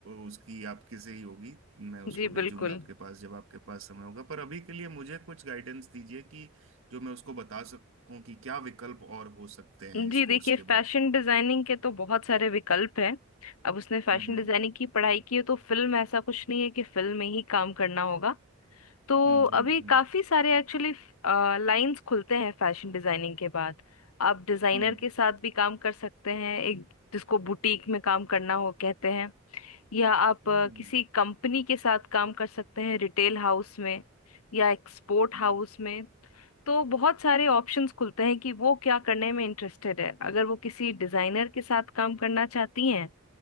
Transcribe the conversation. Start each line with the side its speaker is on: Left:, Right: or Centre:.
Right: उसकी आपके से ही होगी मैं उसको
Left: जी
Right: भेजूंगा
Left: बिल्कुल
Right: आपके पास जब आपके पास समय होगा पर अभी के लिए मुझे कुछ गाइडेंस दीजिए कि जो मैं उसको बता सकूं कि क्या विकल्प और हो सकते हैं
Left: जी
Right: इस
Left: देखिए
Right: कोर्स के
Left: फैशन
Right: बाद
Left: डिजाइनिंग के तो बहुत सारे विकल्प हैं अब उसने फैशन
Right: हम्म
Left: डिजाइनिंग की पढ़ाई की है तो फिल्म ऐसा कुछ नहीं है कि फिल्म में ही काम करना होगा तो
Right: हम्म हम्म
Left: अभी
Right: हम्म
Left: काफी सारे एक्चुअली लाइंस खुलते हैं फैशन डिजाइनिंग के बाद आप डिजाइनर
Right: हम्म
Left: के साथ भी काम कर सकते हैं एक जिसको बुटीक में काम करना हो कहते हैं या आप
Right: हम्म
Left: अ, किसी कंपनी के साथ काम कर सकते हैं रिटेल हाउस में या एक्सपोर्ट
Right: हम्म,
Left: हाउस में तो बहुत सारे ऑप्शंस खुलते हैं कि वो क्या करने में इंटरेस्टेड है अगर वो किसी डिजाइनर के साथ काम करना चाहती हैं